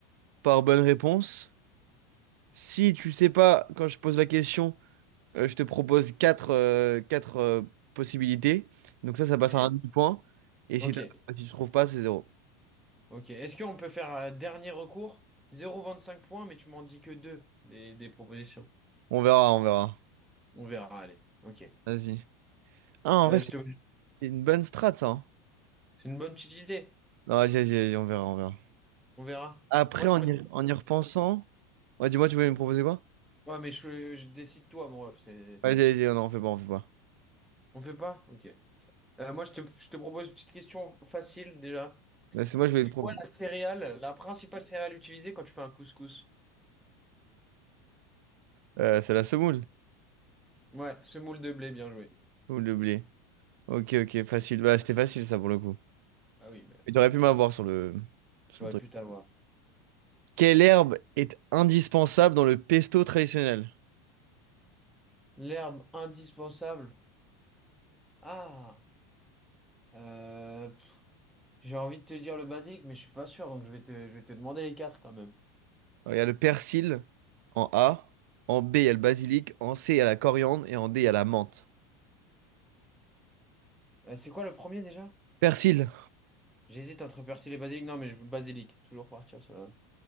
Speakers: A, on the right (about 75°); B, in the centre.
A: par bonne réponse. Si tu sais pas quand je pose la question, euh, je te propose quatre, euh, quatre euh, possibilités. Donc ça, ça passe
B: Et-
A: à un demi-point. Et
B: Ok,
A: si, t'as- si tu trouves pas, c'est zéro.
B: ok. Est-ce qu'on peut faire euh, dernier recours? Zéro virgule vingt-cinq points, mais tu m'en dis que deux des, des propositions.
A: On verra, on verra.
B: On verra, allez. Ok.
A: Vas-y. Ah, en
B: Euh,
A: vrai, c'est
B: je te...
A: c'est une bonne strat, ça. hein.
B: C'est une bonne petite idée.
A: Non, vas-y, vas-y, vas-y, on verra, on verra.
B: On verra.
A: Après,
B: Moi je
A: en
B: peux.
A: y, en y repensant. Ouais, dis-moi, tu voulais me proposer quoi?
B: Ouais, mais je, je décide toi, mon ref. c'est-
A: Vas-y, vas-y, non, on fait pas, on fait pas.
B: On fait pas? Ok. Euh, moi je te, je te propose une petite question facile déjà.
A: Là, c'est moi, je
B: C'est
A: vais te proposer.
B: quoi la céréale, la principale céréale utilisée quand tu fais un couscous?
A: c'est la semoule.
B: Ouais, semoule de blé, bien joué.
A: Semoule de blé. Ok, ok, facile. Bah, c'était facile, ça, pour le coup.
B: Ah oui, mais
A: Mais t'aurais pu m'avoir sur le... sur
B: j'aurais
A: le truc.
B: pu t'avoir.
A: Quelle herbe est indispensable dans le pesto traditionnel?
B: L'herbe indispensable. Ah, euh, pff, j'ai envie de te dire le basique, mais je suis pas sûr, donc je vais te, je vais te demander les quatre quand même.
A: Alors, Il y a le persil en A, en B, il y a le basilic, en C, il y a la coriandre et en D, il y a la menthe.
B: Euh, c'est quoi le premier déjà?
A: Persil,
B: J'hésite entre persil et basilic. Non, mais je- basilic. Toujours partir sur la...